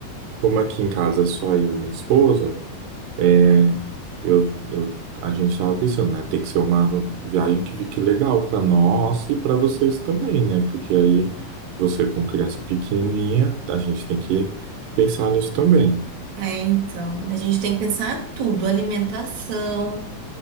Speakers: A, on the right; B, on the right.
A: Como aqui em casa é só eu e minha esposa, é, eu, eu, a gente tava pensando, né? Tem que ser uma viagem que fique legal para nós e para vocês também, né? Porque aí você com criança pequenininha, a gente tem que pensar nisso também.
B: É, então, a gente tem que pensar tudo, alimentação,